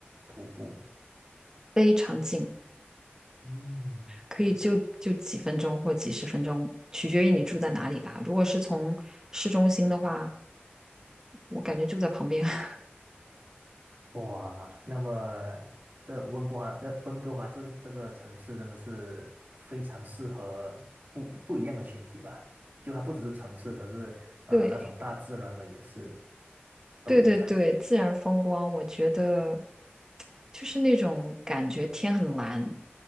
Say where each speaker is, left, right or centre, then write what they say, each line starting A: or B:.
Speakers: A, on the right (about 50°); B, on the right (about 15°).
A: 徒步，
B: 非常近，
A: 嗯，
B: 可以就就几分钟或几十分钟，取决于你住在哪里吧。如果是从市中心的话，我感觉就在旁边。<laughs>
A: 哇，那么这温哥华，呃，温哥华这这个城市真的是非常适合不一不一样的群体吧？就它不只是城市，可是啊、
B: 对。
A: 那种大自然的也是都有在。
B: 对对对，自然风光，我觉得就是那种感觉天很蓝。